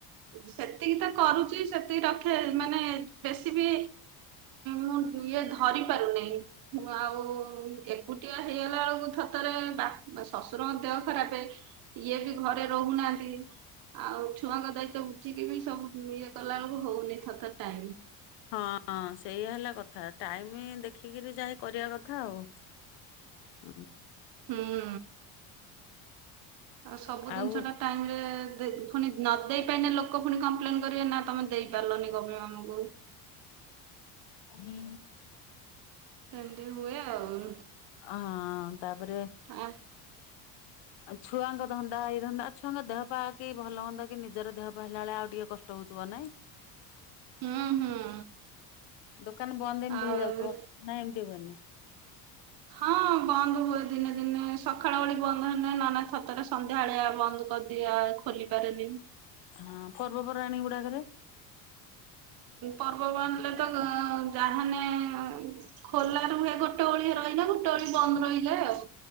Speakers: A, on the right (about 55°); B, on the left (about 70°).
A: ସେତିକି ତ କରୁଛି ସେତିକି ରଖେ ମାନେ ବେଶୀ ବି ମୁଁ ଇଏ ଧରି ପାରୁନାହିଁ। ଆଉ ଏକୁଟିଆ ହେଇଗଲା ବେଳକୁ ଥରେ ଥରେ ବାପ, ଶଶୁରଙ୍କ ଦେହ ଖରାପ। ଇଏ ବି ଘରେ ରହୁନାହାନ୍ତି। ଆଉ ଛୁଆଙ୍କ ଦାୟିତ୍ବ ବୁଝିକି ବି ସବୁ ଇଏ କଲା ବେଳକୁ ହଉନି ଥରେ ଥରେ ଟାଇମ୍।
B: ହଁ ହଁ ସେୟା ହେଲା କଥା, ଟାଇମ ଦେଖିକିରି ଯାଇ କରିବା କଥା ଆଉ। ହ୍ନୁ।
A: ହୁଁ। ଆଉ ସବୁ
B: ଆଉ
A: ଜିନିଷ ଟା ଟାଇମ ରେ ଦେ, ପୁଣି ନ ଦେଇ ପାଇଲେ ଲୋକ ପୁଣି କମ୍ପ୍ଲେନ କରିବେ ନା ତମେ ଦେଇ ପାରିଲନି କଣ ପାଇଁ ଅମକୁ।
B: ହୁଁ।
A: ଏମିତି ହୁଏ ଆଉ।
B: ଅ ହଁ ତାପରେ
A: ଆ
B: ଆଉ ଛୁଆଙ୍କ ଧନ୍ଦା, ଏଇଧନ୍ଦା, ଛୁଆଙ୍କ ଦେହ ପା କି ଭଲ ମନ୍ଦ ନିଜର ଦେହ ପା ହେଲା ବେଳେ, ଆଉ ଟିକେ କଷ୍ଟ ହଉଥିବ। ନାଇଁ?
A: ହୁଁ ହୁଁ।
B: ଦୋକାନ ବନ୍ଦ ଏମିତି
A: ଆଉ
B: ହେଇଯାଉଥିବ। ନା ଏମିତି ହୁଏନି?
A: ହଁ ବନ୍ଦ ହୁଏ ଦିନେ ଦିନେ ସକାଳ ଓଳି ବନ୍ଦ ହୁଏନା ନହେଲେ ଥରେ ଥରେ। ସନ୍ଧ୍ୟା ବେଳିଆ ବନ୍ଦ କରିଦିଏ ଖୋଲି ପାରେନି।
B: ହଁ ପର୍ବପର୍ବାଣୀ ଗୁଡାକରେ?
A: ପର୍ବ ପର୍ବାଣି ଥିଲେ ତ ଯାହା ହେନେ ଖୋଲା ରୁହେ ଗୋଟ ଓଳି ରହିଲା ଗୋଟେ ଓଳି ବନ୍ଦ ରହିଯାଏ ଆଉ।